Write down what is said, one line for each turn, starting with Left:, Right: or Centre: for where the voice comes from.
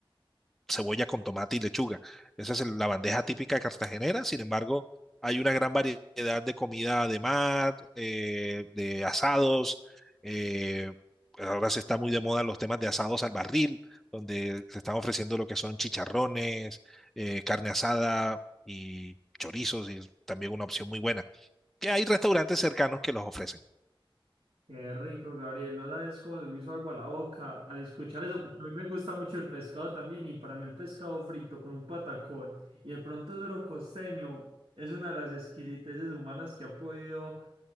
Centre: cebolla con tomate y lechuga. Esa es el- la bandeja típica cartagenera. Sin embargo, hay una gran variedad de comida de mar, eh, de asados. eh, ahora se está muy de moda los temas de asados al barril, donde se están ofreciendo lo que son chicharrones, eh, carne asada y chorizos, y es también una opción muy buena. Que hay restaurantes cercanos que los ofrecen.
Right: Qué rico, Gabriel. No sabes cómo se me hizo agua la boca al escuchar eso, porque a mí me gusta mucho el pescado también. Y para mí, el pescado frito con un patacón y de pronto suero costeño es una de las exquisiteces humanas que ha podido